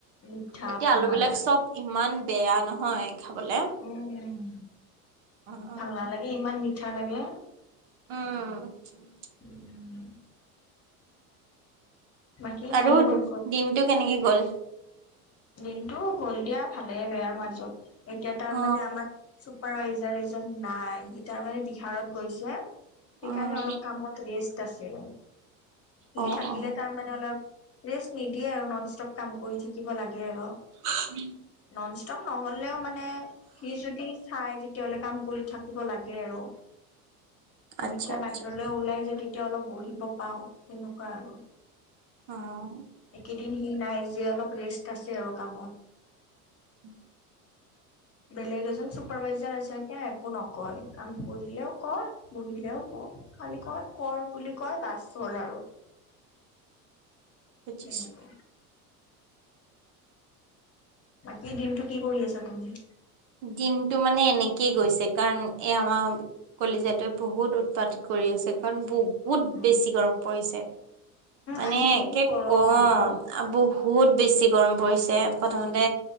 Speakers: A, on the left (about 30°); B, on the right (about 60°).
A: মিঠা
B: এতিয়া
A: ভাল
B: আলু
A: নালাগে
B: বিলাক চব ইমান বেয়া নহয়। খাবলে।
A: উম,
B: উম
A: ভাল নালাগে ইমান মিঠা লাগে।
B: উম,
A: উম, বাকী
B: আৰু
A: মাহী ক'ত
B: দিনতটো কেনেকে গ'ল।
A: দিনতটো গ'ল দিয়া ভালে বেয়াৰ মাজত। এতিয়া তাৰ
B: অ
A: মানে আমাৰ চুপাৰভাইজাৰ এজন নাই সি তাৰমানানে বিহাৰত গৈছে। সেইকাৰণে
B: উম
A: অলপ কামত ৰেষ্ট আছে সি
B: অ
A: থাকিলে
B: অ
A: তাৰমানানে অলপ। ৰেষ্ট নিদিয়ে আৰু নন ষ্টপ কাম কৰি থাকিব লাগে আৰু।
B: উম,
A: নন ষ্টপ নহ'লেও মানে সি যদি চাই তেতিয়াাহলে কাম কৰি থাকিব লাগে আৰু।
B: আচ্ছা
A: এতিয়া
B: আচ্ছা
A: বাহিৰলৈ ওলাই যোয় তেতিয়া অলপ বহিব পাও তেনেকুৱা আৰু।
B: অ',
A: একেদিন সি নাই যে অলপ ৰেষ্ট আছে আৰু কামত।
B: উম,
A: <unintelligible> বেলেগ এজন চুপাৰভাইজাৰ আছে তেওঁ একো নকয় কাম কৰিলেও ক বহিলেও বহ। খালি ক কৰ বুলি কয় বাছ হ'ল আৰু।
B: বুজিছো।
A: সনেকে। বাকেই দিনতটো কি কৰি আছা তুমি।
B: দিনতটো মানে এনেকেই গৈছে কাৰণ এ আমাৰ কলিজা বহুত উৎপাত। কৰি আছে কাৰণ বহুত
A: উম
B: বেছি গৰম পৰিছে। মানে
A: আজি বহুত গৰমটো
B: কম
A: ন
B: বহুত বেছি গৰম পৰিছে প্ৰথমতে